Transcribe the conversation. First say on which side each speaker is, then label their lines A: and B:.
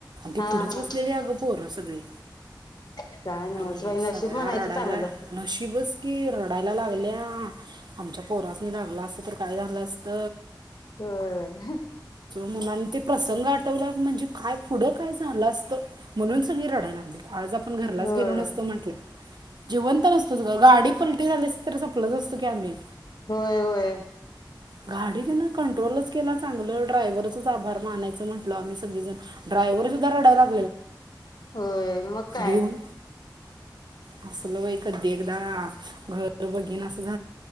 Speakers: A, on the right (about 65°); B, on the left (about 60°).
A: ती
B: हा
A: पुढंच
B: हा
A: बसलेली आगं पोर सगळी.
B: काय नवच
A: आणि
B: बाई नशीब
A: सगळ्या
B: म्हणायचं
A: रडायला
B: चांगलं
A: नशीबच की रडायला लागल्या. आमच्या पोरासनी लागला असत तर काय झालं असत?
B: होय.
A: म्हणून आणि ते प्रसंग आठवला म्हणजे काय पुढं काय झालं असतं? ते म्हणून सगळी रडाय लागली. आज आपण घरलाच
B: होय
A: गेलो नसतो म्हटलं. जिवंत नसतोच ग. गाडी पलटी झाली असती तर संपलोच असतो की आम्ही
B: होय होय.
A: गाडी त्यांना कंट्रोलच केला चांगल. ड्रायव्हरच आभार मानायचं म्हटल आम्ही सगळी जण. ड्रायव्हर सुद्धा रडाय लागला.
B: होय मग? काय
A: भिऊन असल बाई, कधी एकदा घर बागिन आस